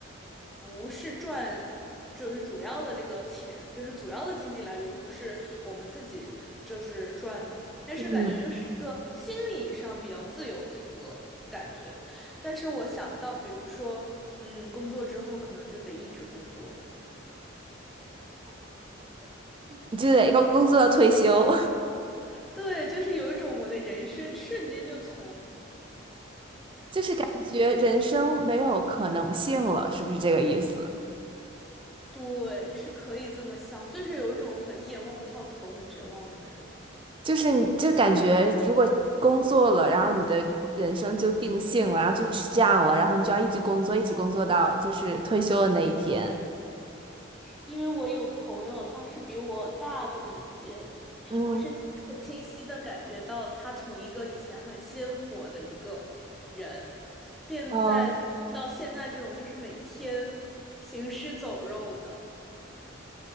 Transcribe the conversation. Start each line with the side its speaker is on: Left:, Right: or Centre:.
Centre: 不是赚，就是主要的这个钱，就是主要的经济来源不是我们自己就是赚的，但是感觉就是一个心理上比较自由的一个感觉。
Right: 嗯，
Centre: 但是我想到，比如说，嗯，工作之后可能就得一直工作，
Right: 你就得工工作到退休，
Centre: 对，就是有一种我的人生瞬间就从。
Right: <laughs> 就是感觉人生没有可能性了，是不是这个意思？
Centre: 对，是可以这么想，就是有一种很一眼望不到头、很绝望的那种。
Right: 就是你就感觉如果工作了，然后你的人生就定性了，然后就吃样了，然后你就要一直工作，一直工作到就是退休的那一天。
Centre: <laughs> 因为我有朋友，他是比我大这么一届的，
Right: 嗯
Centre: 我是 <laughs> 很清晰的感觉到，他从一个以前很鲜活的一个人，变在到现在这种就是每天行尸走肉的，
Right: 嗯